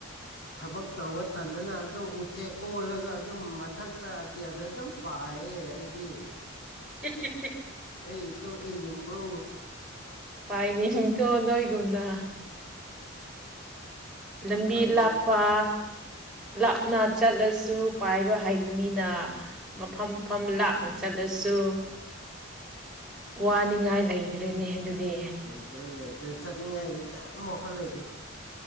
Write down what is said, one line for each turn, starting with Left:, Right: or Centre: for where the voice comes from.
Left: ꯊꯕꯛ ꯇꯧꯕ ꯇꯟꯗꯅ ꯑꯗꯨꯝ ꯎꯆꯦꯛ ꯑꯣꯜꯂꯒ ꯑꯗꯨꯝ ꯃꯊꯛꯇ ꯑꯇꯤꯌꯥꯗ ꯑꯗꯨꯝ ꯄꯥꯏ ꯑꯩꯗꯤ
Centre: ꯍꯤ ꯍꯤ
Left: ꯑꯩ ꯏꯇꯨꯡ ꯏꯅꯤꯡꯕ꯭ꯔꯣ
Centre: ꯄꯥꯏꯅꯤꯡꯇꯣ ꯅꯣꯏꯒꯨꯝꯅ ꯂꯝꯕꯤ
Left: ꯄꯥꯏꯅꯤꯡ
Centre: ꯂꯥꯞꯄ ꯂꯥꯞꯅ ꯆꯠꯂꯁꯨ ꯄꯥꯏꯕ ꯍꯩꯕꯅꯤꯅ ꯃꯐꯝ ꯃꯐꯝ ꯂꯥꯞꯅ ꯆꯠꯂꯁꯨ ꯋꯥꯅꯤꯡꯉꯥꯏ ꯂꯩꯗ꯭ꯔꯦꯅꯦ ꯑꯗꯨꯗꯤ
Left: ꯂꯩꯇ꯭ꯔꯦ ꯂꯩꯇ꯭ꯔꯦ ꯆꯠꯅꯤꯡꯉꯥꯏꯗꯤ ꯀꯌꯥꯝ ꯋꯥꯈꯠ ꯂꯩꯇꯦ